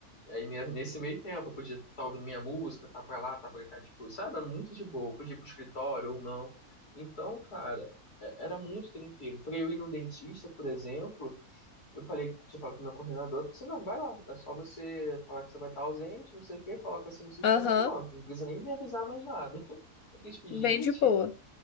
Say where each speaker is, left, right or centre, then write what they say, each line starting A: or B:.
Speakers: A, on the left (about 85°); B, on the left (about 65°).
A: Aí ne- nesse meio tempo eu podia estar ouvindo minha música, tá pra lá, tá pra cá, tipo, sabe? Era muito de boa. Eu podia ir pro escritório ou não. Então, cara, é- era muito tranquilo. Pra eu ir no dentista, por exemplo, eu falei, tinha falado com o meu coordenador, eu falei assim, não, vai lá, é só você falar que você vai estar ausente, não sei o quê, coloca assim no sistema,
B: Aham,
A: pronto. Não precisa nem me avisar mais nada. <laughs> Eu fiquei tipo, gente,
B: bem de boa.